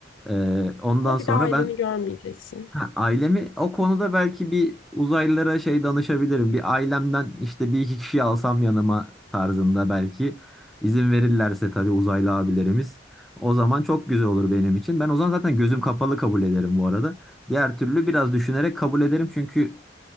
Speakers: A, in the centre; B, on the left.
A: E, ondan
B: Ama
A: sonra
B: bir daha aileni
A: ben
B: görmeyeceksin.
A: Ha, ailemi o konuda belki bir uzaylılara şey danışabilirim. Bir ailemden işte bir iki kişi alsam yanıma tarzında belki izin verirlerse tabii uzaylı abilerimiz. O zaman çok güzel olur benim için. Ben o zaman zaten gözüm kapalı kabul ederim bu arada. Diğer türlü biraz düşünerek kabul ederim çünkü